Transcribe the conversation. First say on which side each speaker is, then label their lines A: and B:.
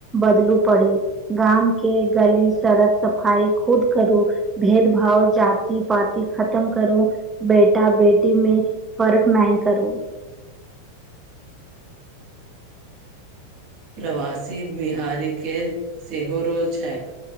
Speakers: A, on the right; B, on the right.
A: बदलू पड़ी गाम के गली, सड़क सफाई खुद करू भेदभाव, जाति-पति खतम करू, बेटा-बेटी मे फर्क नहि करू।
B: प्रवासी बिहारीके सेहो रोल छैक